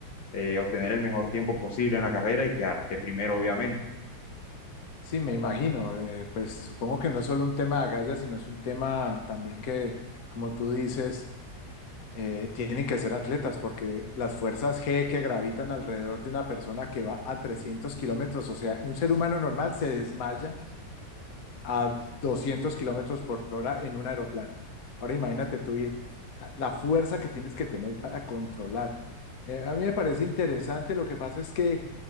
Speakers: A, on the left; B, on the left.
A: eh, obtener el mejor tiempo posible en la carrera y quedarte primero, obviamente.
B: Sí, me imagino. eh, pues supongo que no es solo un tema de agallas, sino es un tema también que, como tú dices, eh, tienen que ser atletas, porque las fuerzas G que gravitan alrededor de una persona que va a 300 kilómetros, o sea, un ser humano normal se desmaya a 200 kilómetros por hora en un aeroplano. Ahora imagínate tú ir, ah, la fuerza que tienes que tener para controlar. Eh, a mí me parece interesante, lo que pasa es que